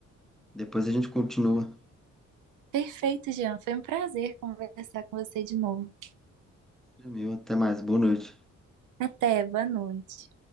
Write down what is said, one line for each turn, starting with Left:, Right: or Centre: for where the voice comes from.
Centre: Depois a gente continua.
Right: Perfeito, Jean. Foi um prazer conversar com você de novo.
Centre: Meu, até mais. Boa noite.
Right: Até, boa noite.